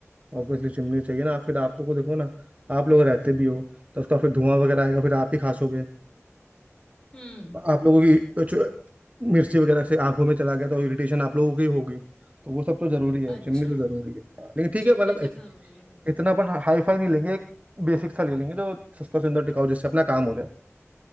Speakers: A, on the right; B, on the left.
A: ऑब्वियसली चिमनी चाहिए ना फिर आप लोग को देखो ना आप लोग रहते भी हो तो उसका फिर धुआं वगैरह आएगा फिर आप ही खासोगे
B: हम्म
A: आप लोगों की मिर्ची वगैरह से आंखों में चला गया तो इरिटेशन आप लोगों की होगी तो वो सब तो जरूरी है
B: अच्छा
A: चिमनी तो जरूरी है हाँ, लेकिन ठीक
B: चिमनी
A: है मतलब इत-
B: तो जरूरी लग रही
A: इतना
B: है
A: अपन हाई फाई नहीं लेंगे एक बेसिक सा ले लेंगे जो सस्ता सुंदर टिकाऊ जिससे अपना काम हो जाए